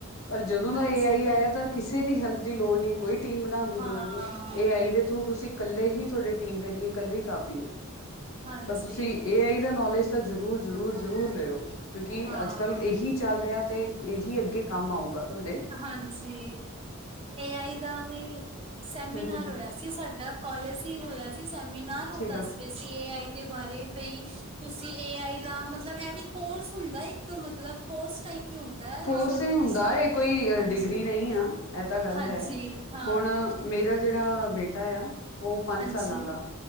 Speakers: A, on the left; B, on the right.
A: ਪਰ ਜਦੋਂ
B: ਹਾਂਜੀ।
A: ਦਾ, ਏ ਆਈ ਆਇਆ ਤਾਂ। ਕਿਸੇ ਦੀ ਹੈਲਪ ਦੀ ਲੋੜ ਨਹੀਂ। ਕੋਈ ਟੀਮ ਬਣਾਉਣ ਦੀ
B: ਹਾਂ,
A: ਲੋੜ ਨਹੀਂ। ਏ ਆਈ ਦੇ ਥਰੂ ਤੁਸੀਂ ਕੱਲੇ ਹੀ ਤੁਹੀ। ਟੀਮ ਦੇ ਲਈ ਇਕੱਲੇ ਕਾਫੀ ਹੋ।
B: ਹਾਂਜੀ,
A: ਤਾਂ ਤੁਸੀਂ, ਏ ਆਈ ਦਾ, ਨੌਲੇਜ ਤਾਂ ਜ਼ਰੂਰ, ਜ਼ਰੂਰ, ਜ਼ਰੂਰ, ਲਿਓ। ਕਿਉਂਕਿ
B: ਹਾਂ।
A: ਅੱਜ ਕੱਲ ਇਹੀ। ਚੱਲ ਰਿਹਾ। ਤੇ ਇਹੀ ਅੱਗੇ, ਕੰਮ ਆਊਗਾ ਤੁਹਾਡੇ ਲੀਏ।
B: ਹਾਂਜੀ। ਏ ਆਈ ਦਾ ਵੀ। ਸੈਮੀਨਾਰ
A: ਹਮ ਹਮ ਹਮ
B: ਹੋਇਆ ਸੀ। ਸਾਡਾ ਕਾਲਜ ਹੀ, ਹੋਇਆ ਸੀ, ਸੈਮੀਨਾਰ ਉਹ
A: ਠੀਕ
B: ਦੱਸ
A: ਆ
B: ਸੀ। ਇਹ, ਏ ਆਈ ਦੇ, ਬਾਰੇ ਭਈ। ਤੁਸੀਂ ਏ ਆਈ ਦਾ। ਮਤਲਬ ਇਹ ਵੀ, ਕੋਰਸ ਹੁੰਦਾ ਇੱਕ। ਮਤਲਬ ਕੋਰਸ ਟਾਈਪ ਹੀ ਹੁੰਦਾ। ਹੈ
A: ਕੋਰਸ
B: ਸਾਨੂੰ
A: ਹੀ
B: ਇਹਦੇ
A: ਹੁੰਦਾ। ਇਹ ਕੋਈ,
B: ਹਾਂਜੀ
A: ਡਿਗਰੀ ਨਹੀਂ ਆ। ਇਹ ਤਾਂ ਗੱਲ
B: ਹਾਂਜੀ
A: ਹੈ।
B: ਹਾਂ
A: ਹੁਣ ਮੇਰਾ ਜਿਹੜਾ ਬੇਟਾ ਆ। ਉਹ ਪੰਜ
B: ਹਾਂਜੀ
A: ਸਾਲਾਂ ਦਾ।